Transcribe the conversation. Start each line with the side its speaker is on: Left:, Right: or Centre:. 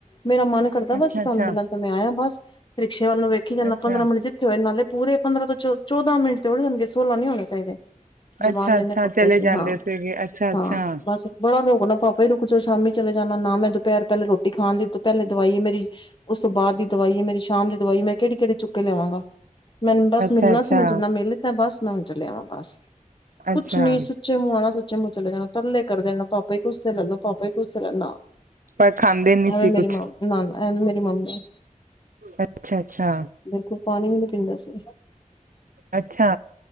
Left: ਮੇਰਾ ਮਨ ਕਰਦਾ
Right: ਅੱਛਾ
Left: ਬਸ ਤੁਹਾਨੂੰ
Right: ਅੱਛਾ
Left: ਮਿਲ ਮੈਂ ਆਇਆ ਬਸ, ਰਿਕਸ਼ੇ ਵੱਲ ਨੂੰ ਵੇਖੀ ਜਾਂਦਾ
Right: ਅੱਛਾ
Left: ਪੰਦਰਾਂ ਮਿੰਟ ਚ ਏ ਨਾਲੇ ਪੂਰੇ ਪੰਦਰਾਂ ਤੋਂ ਚ ਚੌਦਾਂ ਮਿੰਟ ਤੇ ੜ ਜਾਣਗੇ ਸੋਲਾਂ ਨੀ ਹੋਣੇ ਚਾਹੀਦੇ ਜਵਾਨ
Right: ਅੱਛਾ
Left: ਦੇਨੇ
Right: ਅੱਛਾ
Left: ਪੱਕੇ
Right: ਚਲੇ
Left: ਸੀ
Right: ਜਾਂਦੇ
Left: ਹਾਂ,
Right: ਸੀਗੇ ਅੱਛਾ ਅੱਛਾ
Left: ਹਾਂ, ਬਸ ਬੜਾ ਰੁ ਨਾ ਪਾਪਾ ਹੀ ਰੁਕ ਜਾੋ ਸ਼ਾਮੀ ਚਲੇ ਜਾਣਾ ਨਾ, ਮੈਂ ਦੁਪਹਿਰ ਪਹਿਲੇ ਰੋਟੀ ਖਾਣ ਦੀ ਪਹਿਲੇ ਦਵਾਈਏ ਮੇਰੀ ਉਸ ਤੋਂ ਬਾਅਦ ਦੀ ਦਵਾਈ ਹੈ, ਮੇਰੀ ਸ਼ਾਮ ਦੀ ਦਵਾਈ, ਮੈਂ ਕਿਹੜੀ-ਕਿਹੜੀ ਚੁੱਕ ਕੇ ਲਿਆਵਾਂਗਾ। ਮੈਨ ਬਸ
Right: ਅੱਛਾ
Left: ਮਿਲਣਾ
Right: ਅੱਛਾ
Left: ਸੀ ਮੈਂ ਜਿੰਨਾ ਮਿਲ ਬਸ, ਮੈਂ ਹੁਣ ਚਲੇਿਆ ਆ ਬਸ, ਕੁਛ
Right: ਅੱਛਾ
Left: ਨੀ ਸੁੱਚੇ ਮੂੰਹ ਆਉਣਾ ਸੁੱਚੇ ਮੂੰਹ ਚਲੇ ਜਾਣਾ ਤਰਲੇ ਕਰ ਦੇਣਾ ਪਾਪਾ ਹੀ ਕੁਛ ਲੈ ਲੂੰ ਪਾਪਾ ਹੀ ਕੁਛ ਲਣਾ
Right: ਪਰ ਖਾਂਦੇ ਨੀ
Left: ਐਵੇਂ
Right: ਸੀ ਕੁਛ
Left: ਮੇਰੀ ਮਾਂ ਨਾ ਨਾ ਐਵੇਂ ਮੇਰੀ ਮੰਮੀ
Right: ਅੱਛਾ ਅੱਛਾ,
Left: ਬਿਲਕੁਲ ਪਾਣੀ ਵੀ ਨੀ ਪੀਂਦਾ ਸੀ।
Right: ਅੱਛਾ,